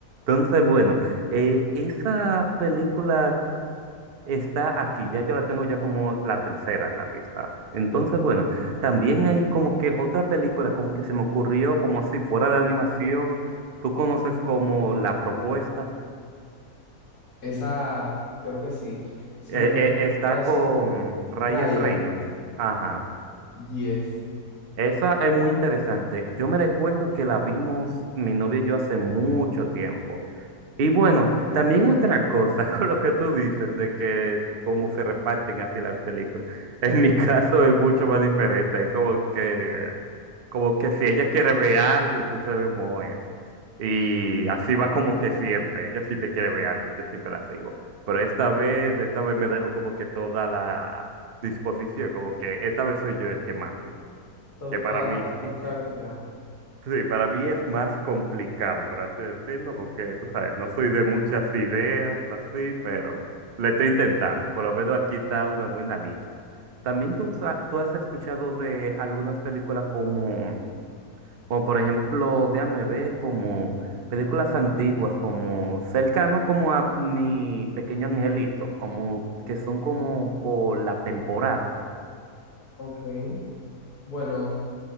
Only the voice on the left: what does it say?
Esa, creo que sí. Si
mal
no recuerdo,
esa
con
Ryan.
Yes.
Todo-
toda
la responsabilidad.
Ok, bueno,